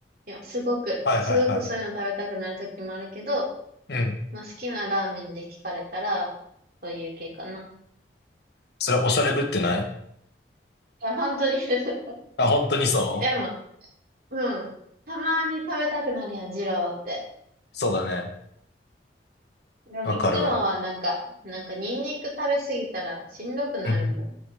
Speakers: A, on the right; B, on the left.
A: や、すごく、
B: はいはいはい。
A: すごくそういうの食べたくなるときもあるけど、
B: うん。
A: まあ、好きなラーメンで聞かれたら、そういう系かな。
B: それはおしゃれぶってない
A: いや、本当に <laughs>
B: あ、本当にそう
A: でも、うん。たまに食べたくなるやん、二郎って。
B: そうだね。
A: でもいつもはなんか、
B: わかるわ。
A: なんかニンニク食べすぎたらしんどくなるもん。
B: うん。